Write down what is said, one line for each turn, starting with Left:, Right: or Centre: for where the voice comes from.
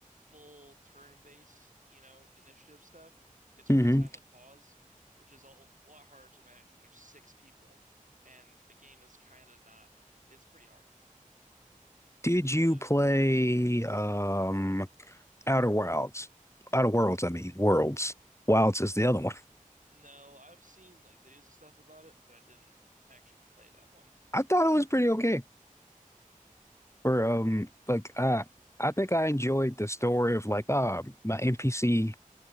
Right: full turn-based, you know, initiative stuff, it's
Left: hmm
Right: real time with pause, which is a l- lot harder to manage when there's six people and the game is kind of not it's pretty hard.
Left: Did you
Right: Uh,
Left: play um? Outer Wilds. Outer Worlds, I mean, Worlds. Wilds is the other one.
Right: no, I've seen like videos and stuff about it, but I didn't actually play that one.
Left: I thought it was pretty okay for um like uh I think I enjoyed the story of like ah my NPC